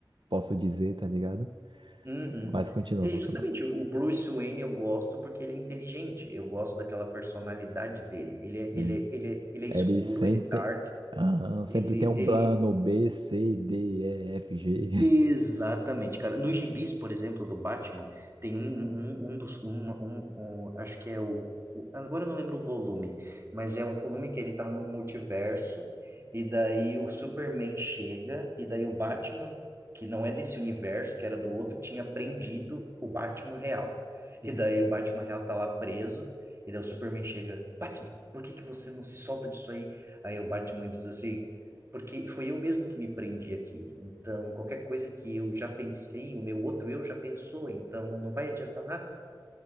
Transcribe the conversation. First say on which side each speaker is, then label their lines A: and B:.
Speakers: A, on the right (about 70°); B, on the right (about 30°).
A: posso dizer, tá ligado?
B: Uhum.
A: Mas continua
B: E
A: com o
B: justamente, o o Bruce Wayne eu gosto porque ele é inteligente. Eu gosto daquela personalidade dele. Ele é,
A: Sim.
B: ele é, ele é, ele é escuro,
A: Ele sempre,
B: ele é dark.
A: Aham, sempre
B: Ele,
A: tem um
B: ele,
A: plano B, C, D, E, F, G.
B: Exatamente, cara. Nos gibis, por exemplo, do Batman, tem um, um, um um dos. uma- Um, um- acho que é o. o- Agora eu não lembro o volume, mas é um volume que ele tá num multiverso, e daí o Superman chega, e daí o Batman, que não é desse universo, que era do outro, tinha prendido o Batman real. E daí o Batman real tá lá preso, e daí o Superman chega: Batman, por que que você não se solta disso aí? Aí o Batman diz assim. Porque foi eu mesmo que me prendi aqui. Então, qualquer coisa que eu já pensei, o meu outro eu já pensou, então não vai adiantar nada.